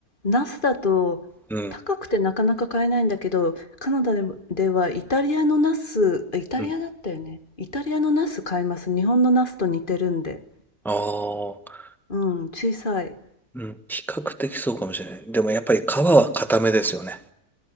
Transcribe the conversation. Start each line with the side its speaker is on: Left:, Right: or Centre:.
Left: ナスだと高くてなかなか買えないんだけど、
Centre: うん。
Left: カナダでも、ではイタリアのナス、あイタリアだったよね。
Centre: うん。
Left: イタリアのナス買います。日本のナスと似てるんで。
Centre: ああ。
Left: うん、小さい。
Centre: うん。比較的そうかもしれない。でもやっぱり皮は固めですよね。